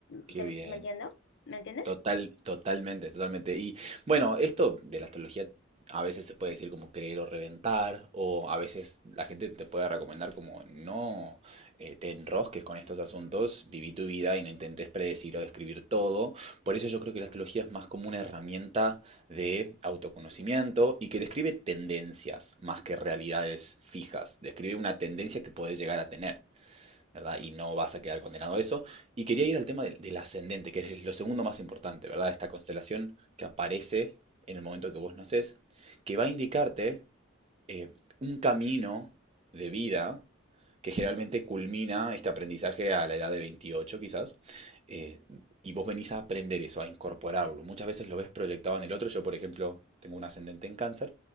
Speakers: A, on the right (about 30°); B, on the left (about 60°).
A: Qué
B: ¿Se-
A: bien.
B: ¿me entiendo? ¿Me entiendes?
A: Total, totalmente, totalmente. Y bueno, esto de la astrología a veces se puede decir como creer o reventar, o a veces la gente te puede recomendar como no eh, te enrosques con estos asuntos, viví tu vida y no intentes predecir o describir todo. Por eso yo creo que la astrología es más como una herramienta de autoconocimiento y que describe tendencias más que realidades fijas, describe una tendencia que puedes llegar a tener. ¿verdad? Y no vas a quedar condenado a eso. Y quería ir al tema del, del ascendente, que es lo segundo más importante, ¿verdad? Esta constelación que aparece en el momento que vos nacés, que va a indicarte eh, un camino de vida que generalmente culmina este aprendizaje a la edad de 28 quizás, eh, y vos venís a aprender eso, a incorporarlo. Muchas veces lo ves proyectado en el otro. Yo, por ejemplo, tengo un ascendente en cáncer